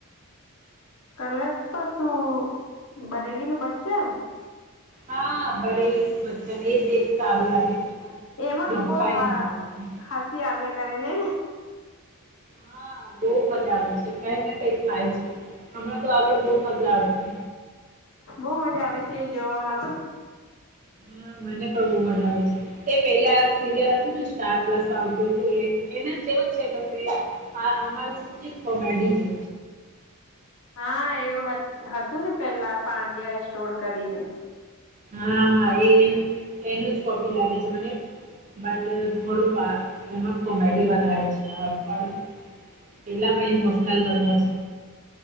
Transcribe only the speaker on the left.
કલસ તો શું બરેલી ના બચ્ચા
એમાં
તો બહુ
હ
હસી આવ્યા કરે ને.
બઉ મજા આવે છે એ જોવામાં તો.
હા એવું હતું ને પેલા પાંડ્યા સ્ટોર કરીને.